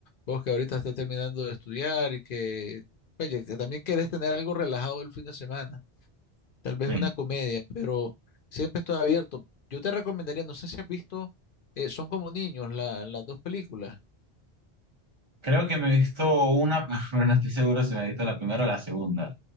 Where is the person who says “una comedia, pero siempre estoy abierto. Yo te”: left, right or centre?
Left